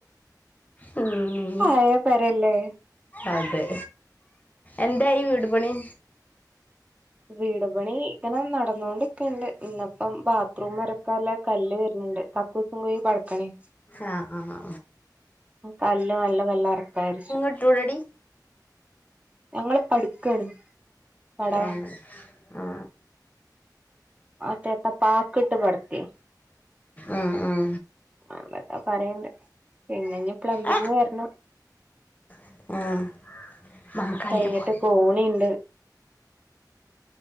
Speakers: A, on the left; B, on the right.
A: ഉം
B: പഴയ പെരയല്ലേ?
A: അതെ എന്തായി വീട് പണി?
B: വീട്പണി ഇങ്ങനെ നടന്നോണ്ടിക്ക്ണ്ട്. ഇന്ന്പ്പം ബാത്റൂം ഒരക്കാല്ലെ കല്ല് വരുന്നുണ്ട്. കക്കൂസും കുഴിയൊക്കെ അടക്കണേ.
A: ആഹ് ആഹ്
B: കല്ല് നല്ല കല്ല് ഇറക്കായിരിച്ച്.
A: ഇട്ടൂടടി
B: ഞങ്ങള് പടുക്കാണ് പടവാ
A: ഏ ആ
B: ഓന്റെ ഇപ്പപ്പാക്ക് ഇട്ട് പട്ത്തി.
A: ആഹ് ആഹ്
B: അങ്ങനെ പറയ്മ്പെ പിന്നെ ഇഞ്ഞ് പ്ലംബിംഗ്
A: ആ
B: വര്ണം.
A: ആ ആ നമുക്ക് അയില
B: കഴിഞ്ഞിട്ട്
A: പോവാ
B: കോണിയിണ്ട്